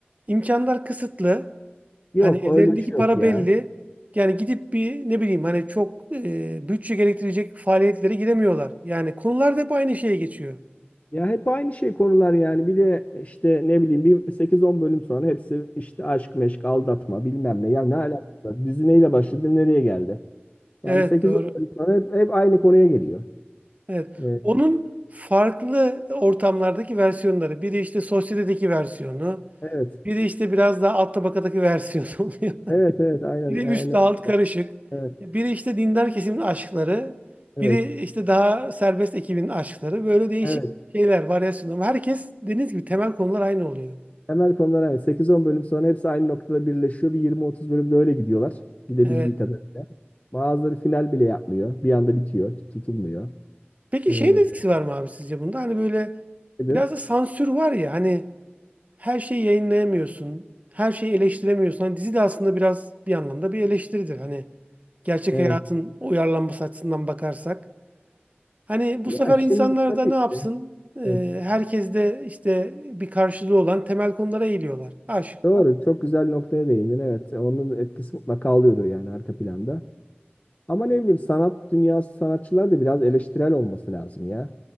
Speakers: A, on the right; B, on the left.
A: imkanlar kısıtlı.
B: yok
A: Hani
B: öyle
A: ellerindeki
B: bir şey
A: para
B: yok ya.
A: belli. Yani gidip bir ne bileyim hani çok e, bütçe gerektirecek faaliyetlere giremiyorlar. Yani konular da hep aynı şeye geçiyor.
B: Ya hep aynı şey konular yani. Bir de işte ne bileyim bir 8-10 bölüm sonra hepsi işte aşk meşk aldatma bilmem ne. Ya ne alakası var? Dizi neyle başladı nereye geldi? Yani
A: Evet
B: 8-10
A: doğru.
B: bölüm sonra hep, hep aynı konuya geliyor.
A: Evet.
B: Ee,
A: Onun farklı ortamlardaki versiyonları. Biri işte sosyetedeki versiyonu.
B: evet.
A: Biri işte biraz daha alt tabakadaki versiyonu <laughs> oluyor.
B: Evet evet aynen
A: Biri
B: aynen
A: üstle alt karışık.
B: evet
A: Biri işte dindar kesimin aşkları.
B: evet
A: Biri işte daha serbest ekibin aşkları. Böyle değişik
B: evet.
A: şeyler, varyasyonlar. Ama herkes dediğiniz gibi temel konular aynı oluyor.
B: Temel konular aynı. 8-10 bölüm sonra hepsi aynı noktada birleşiyor. Bir 20-30 bölümde öyle gidiyorlar. Gidebildiği
A: Evet.
B: kadarıyla. Bazıları final bile yapmıyor. Bir anda bitiyor, tutulmuyor.
A: Peki
B: Ee,
A: şeyin etkisi var mı abi sizce bunda? Hani böyle
B: nedir?
A: biraz da sansür var ya hani her şeyi yayınlayamıyorsun. Her şeyi eleştiremiyorsun. Hani dizi de aslında biraz bir anlamda bir eleştiridir. Hani gerçek
B: Evet.
A: hayatın uyarlanması açısından bakarsak. Hani bu
B: Ya
A: sefer
B: şimdi
A: insanlar
B: tabii
A: da ne
B: ki.
A: yapsın? Ee,
B: Evet.
A: herkes de işte bir karşılığı olan temel konulara eğiliyorlar. Aşk.
B: Doğru. Çok güzel noktaya değindin. Evet. Onun etkisi mutlaka oluyordur yani arka planda. Ama ne bileyim sanat dünyası sanatçılar da biraz eleştirel olması lazım ya.